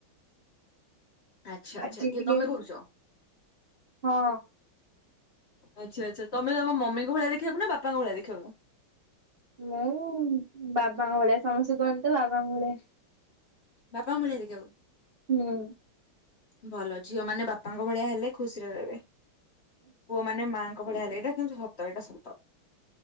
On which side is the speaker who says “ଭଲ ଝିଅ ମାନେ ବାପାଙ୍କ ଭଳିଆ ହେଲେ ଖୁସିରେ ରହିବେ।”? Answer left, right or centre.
Left